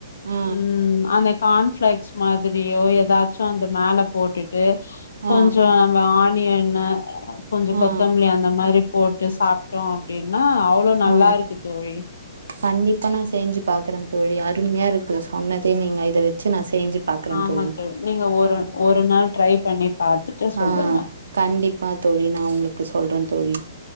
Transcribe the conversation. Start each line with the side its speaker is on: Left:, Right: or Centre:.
Right: ஆ
Left: ம் அந்த கான்ஃபிளெக்ஸ் மாதிரியோ ஏதா ச்சோ அந்த மேல போட்டு ட்டு
Right: ஆ
Left: கொஞ்சோ நம்ப ஆ நீ என்ன கொஞ்சோ
Right: ஆ
Left: கொத்தமல்லி அந்த மாரி போட்டு சாப்பிட்டோ அப்பிடின் ன்னா அவ்ளோ நல்லா
Right: ஆ
Left: இருக்கு தோழி
Right: கண்டிப்பா நா செஞ்சி பாக்குறே தோழி அருமையா இருக்கு சொன்னதே நீங்க இத வச்சி நா செஞ்சு பாக்குறே
Left: ஆமா
Right: தோழி
Left: தோ நீங்க ஒரு
Right: ம்
Left: ஒரு நாள் ட்ரை பண்ணி பாத்துட்டு சொல்லுங்க
Right: ஆ கண்டிப்பா தோழி நா உங்ளுக் க்கு சொல்றே தோழி